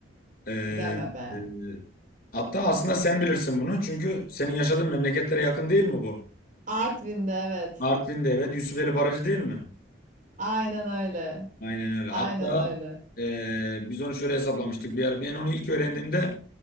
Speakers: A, on the left; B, on the right.
A: Ee,
B: deme be.
A: e, hatta aslında sen bilirsin bunu. Çünkü senin yaşadığın memleketlere yakın değil mi bu?
B: Artvin'de evet.
A: Artvin'de evet Yusufeli Barajı değil mi?
B: Aynen öyle.
A: Aynen öyle.
B: Aynen
A: Hatta
B: öyle.
A: e, biz onu şöyle hesaplamıştık. Bir ara, ben onu ilk öğrendiğimde